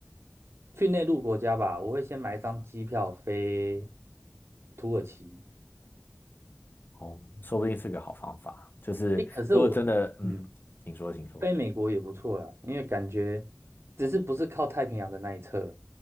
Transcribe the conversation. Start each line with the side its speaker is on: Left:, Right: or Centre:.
Right: 去内陆国家吧。我会先买一张机票飞土耳其。
Left: 哦，说不定是个好方法。就是如果真的，
Right: 诶，可是我，嗯，
Left: 嗯，请说，请说，
Right: 飞美国也不错啦，因为感觉只是不是靠太平洋的那一侧。